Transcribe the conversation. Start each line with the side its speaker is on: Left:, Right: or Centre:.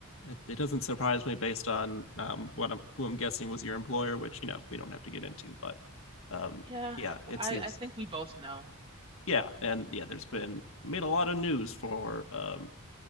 Left: it, it doesn't surprise me based on um what I'm who I'm guessing was your employer, which you know we don't have to get into, but um
Right: yeah,
Left: yeah, it
Right: I,
Left: seems
Right: I think we both know.
Left: yeah, and yeah, there's been made a lot of news for um